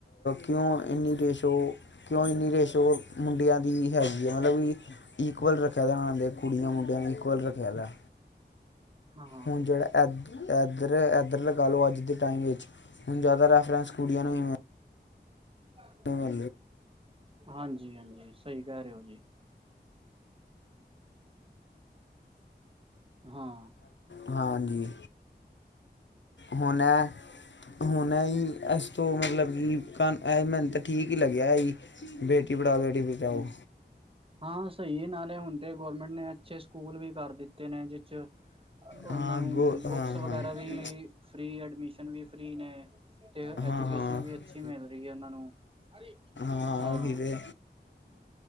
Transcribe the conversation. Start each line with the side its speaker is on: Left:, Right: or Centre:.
Left: ਕਿਉਂ ਇੰਨੀ ਦੇਸ਼ੋ <unintelligible> ਕਿਉਂ ਇੰਨੀ ਰੇਸ਼ੋ ਮੁੰਡਿਆਂ ਦੀ, ਹੈਗੀ ਹੈ ਨਾ ਬਈ ਇਕਵਲ ਰੱਖਿਆ ਦਾ, ਨਾਲੇ ਕੁੜੀਆਂ ਮੁੰਡਿਆਂ ਨੂੰ ਇਕਵਲ ਰੱਖਿਆ ਦਾ
Right: ਹਾਂ
Left: ਹੁਣ ਜਿਹੜਾ ਇ ਇੱਧਰ-ਇੱਧਰ ਲਗਾ ਲਓ ਅੱਜ ਦੇ, ਟਾਈਮ ਵਿੱਚ, ਹੁਣ ਜ਼ਿਆਦਾ ਰੈਫਰੈਂਸ ਕੁੜੀਆਂ ਨੂੰ ਹੀ ਮਿਲ
Right: ਕੀ <unintelligible>
Left: ਹਾਂ
Right: ਹਾਂਜੀ-ਹਾਂਜੀ ਸਹੀ ਕਹਿ ਰਹੇ ਹੋ, ਜੀ। ਹਾਂ।
Left: ਹਾਂਜੀ ਹੁਣੇ-ਹੁਣੇ ਇਹ ਅ ਤੋ, ਮਤਲਬ ਕਿ ਇਹ ਮੈਨੂੰ ਤਾਂ, ਠੀਕ ਹੀ ਲੱਗਿਆ ਹੈ। ਬੇਟੀ ਪੜਾਓ ਬੇਟੀ ਬਚਾਓ
Right: ਹਾਂ ਸਹੀ ਨਾਲੇ ਹੁਣ ਤੇ, ਗੋਰਮੈਂਟ ਨੇ, ਅੱਛੇ ਸਕੂਲ ਵੀ ਕਰ ਦਿੱਤੇ ਨੇ ਜਿਸ ਚ, ਉਹਨਾਂ
Left: ਹਾਂ
Right: ਨੂੰ
Left: ਗੋ ਹਾਂ
Right: ਬੁਕਸ
Left: ਹਾਂ
Right: ਵਗੈਰਾ ਵੀ, ਫ੍ਰਰੀ ਐਡਮਿਸ਼ਨ ਵੀ ਫਰੀ ਨੇ, ਤੇ
Left: ਹਾਂ
Right: ਐਜੂਕੇਸ਼ਨ
Left: ਹਾਂ
Right: ਵੀ, ਅੱਛੀ ਮਿਲ ਰਹੀ ਹੈ। ਉਹਨਾਂ ਨੂੰ ਹਾ,
Left: ਹਾਂ
Right: ਹਾ
Left: ਉਹੀ ਤੇ